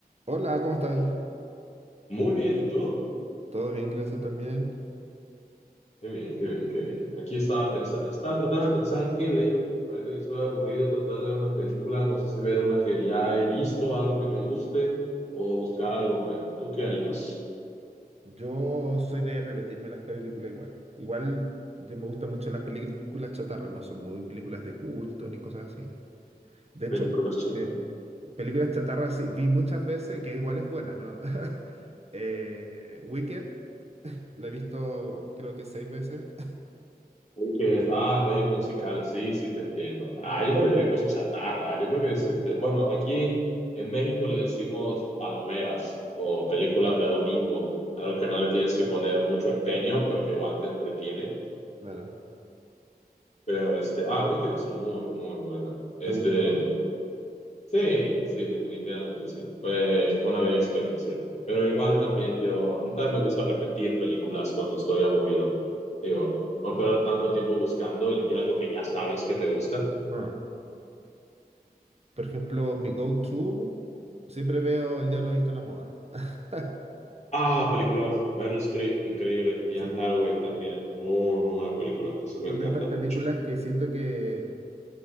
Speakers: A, on the right (about 40°); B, on the left (about 45°).
A: Hola, ¿cómo estáis?
B: Muy bien, ¿y tú?
A: Todo bien, gracias también.
B: Qué bien, qué bien, qué bien. Aquí estaba pensando, estaba tratando de pensar en qué ver. Ahorita que estoy aburrido, tratar de ver una película, no sé si ver una que ya he visto, algo que me guste, o buscar algo nuevo. ¿Tú qué harías?
A: Yo soy de repetirme las películas igual. Igual yo me gustan mucho las películas chatarra, no son muy películas de culto ni cosas así. De hecho,
B: Películas chatarra.
A: me- películas chatarra sí, vi muchas veces que igual es buena, ¿no? <laughs> Eh, Wicked, la he visto creo que seis veces.
B: Y Que, ah, bello musical, sí, sí, te entiendo. Ah, yo no diría que es chatarra, yo creo que es este. Bueno, aquí en México le decimos palomeras o películas de domingo, algo que no le tienes que poner mucho empeño, pero que igual te entretiene.
A: Claro.
B: Pero este, ah, Wicked es muy, muy buena. Este,
A: ¿Te gustó?
B: sí, sí, definitivamente sí. Fue, fue una bella experiencia. Pero igual también yo, también me gusta repetir películas cuando estoy aburrido. Digo, no perder tanto tiempo buscando, elegir algo que ya sabes que te gusta.
A: Ah. Por ejemplo, mi go-to, siempre veo El Diablo Visto en la Moda. <laughs>
B: Ah, peliculón. Meryl Streep, increíble. Ian
A: Sí,
B: Hathaway también. Muy, muy buena película. Esas me
A: son
B: encantan
A: de estas películas
B: mucho.
A: que siento que